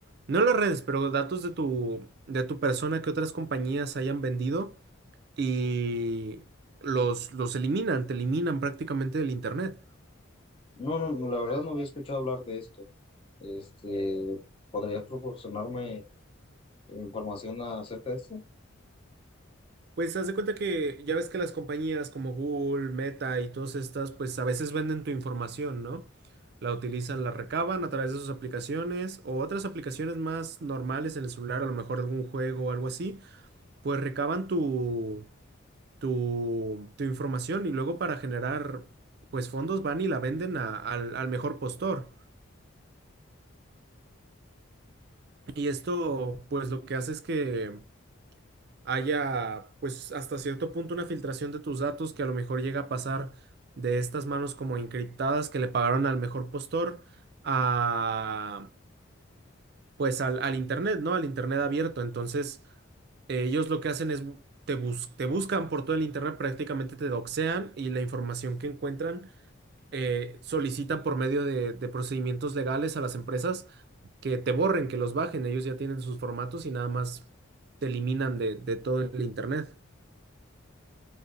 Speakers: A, on the right (about 50°); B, on the left (about 25°).
A: no en las redes, pero datos de tu, de tu persona que otras compañías hayan vendido y los, los eliminan, te eliminan prácticamente del Internet.
B: No, no, no, la verdad no había escuchado hablar de esto. Este, ¿podrías proporcionarme información acerca de esto?
A: Pues haz de cuenta que ya ves que las compañías como Google, Meta y todas estas, pues a veces venden tu información, ¿no? La utilizan, la recaban a través de sus aplicaciones o otras aplicaciones más normales en el celular, a lo mejor algún juego o algo así, pues recaban tu, tu, tu información y luego para generar, pues fondos van y la venden a- al, al mejor postor. Y esto, pues lo que hace es que haya, pues hasta cierto punto una filtración de tus datos que a lo mejor llega a pasar de estas manos como encriptadas que le pagaron al mejor postor a, pues al, al internet, ¿no? Al internet abierto. Entonces, eh, ellos lo que hacen es bu- te, bus- te buscan por todo el internet, prácticamente te doxean y la información que encuentran eh, solicitan por medio de, de procedimientos legales a las empresas que te borren, que los bajen. Ellos ya tienen sus formatos y nada más te eliminan de, de todo el internet.